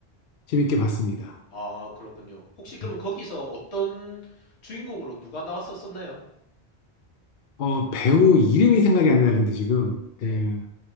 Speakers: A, on the left (about 65°); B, on the left (about 85°).
A: 재밌게 봤습니다.
B: 아, 그렇군요. 혹시 그러면
A: 네.
B: 거기서 어떤 주인공으로 누가 나왔었었나요?
A: 어, 배우 이름이 생각이 안 나는데 지금
B: 네.
A: 그